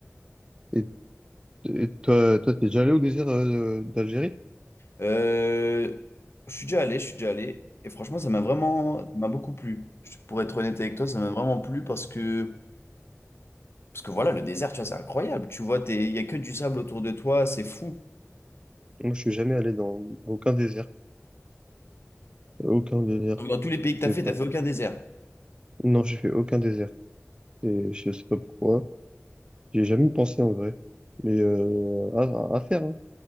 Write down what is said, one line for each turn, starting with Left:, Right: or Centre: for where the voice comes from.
Right: Et, et toi, toi, t'es déjà allé au désert euh, d'Algérie?
Left: Euh, je suis déjà allé, je suis déjà allé. Et franchement, ça m'a vraiment, ça m'a beaucoup plu. Je- Pour être honnête avec toi, ça m'a vraiment plu parce que, parce que voilà, le désert, tu vois, c'est incroyable. Tu vois, t'es- il y a que du sable autour de toi, c'est fou.
Right: Moi, je suis jamais allé dans aucun désert. Aucun désert.
Left: Donc, dans tous les pays que t'as
Right: C'est-
Left: fait,
Right: Putain.
Left: t'as fait aucun désert.
Right: Non, j'ai fait aucun désert. Et je sais pas pourquoi. J'ai jamais pensé en vrai. Mais euh, à, à faire, hein.